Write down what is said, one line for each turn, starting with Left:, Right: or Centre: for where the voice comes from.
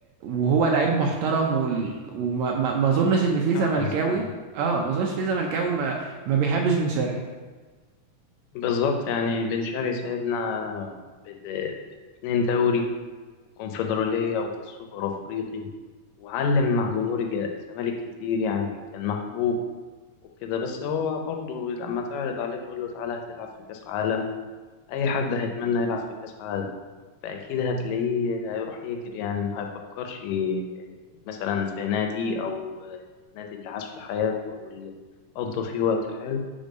Right: وهو لعيب محترم وال... وما ما... ما اظنش ان في زملكاوي
Left: فعلا فعلا
Right: اه ما اظنش في زملكاوي ما ما بيحبش بن شرقي
Left: بالظبط يعني بن شرقي سايبنا بد- اتنين دوري وكونفدرالية وكأس سوبر أفريقي وعلم مع جمهور الج- الزمالك كتير يعني كان محبوب وكده بس هو برضه لما تعرض عليه تقول له تعالى هتلعب في كأس عالم أي حد هيتمنى يلعب في كأس عالم فأكيد هتلاقيه هيروح يجري يعني ما هيفكرش مثلا في نادي أو نادي اللي عاش في حياته أو اللي قضى فيه وقت حلو